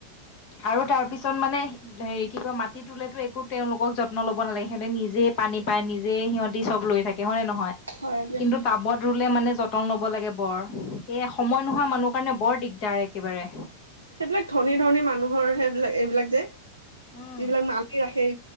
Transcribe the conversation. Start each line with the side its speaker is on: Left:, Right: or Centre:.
Left: আৰু তাৰ পিছত মানে হেৰি কি কয় মাটি ৰুলেতো একো তেওঁলোকক যত্ন ল'ব নালাগে। সিহঁতে নিজে পানী পাই নিজে সিহঁতি চব লৈ থাকে হয়নে নহয়
Right: হয় দিয়া
Left: কিন্তু টাবত ৰুলে মানে যতন ল'ব লাগে বৰ এই সময় নোহোৱা মানুহৰ কাৰণে বৰ দিগদাৰ একেবাৰে
Right: সেইবিলাক ধনী ধনী মানুহ ৰ সেইবিলাক এইবিলাক যে
Left: উম
Right: যিবিলাক মালি সেই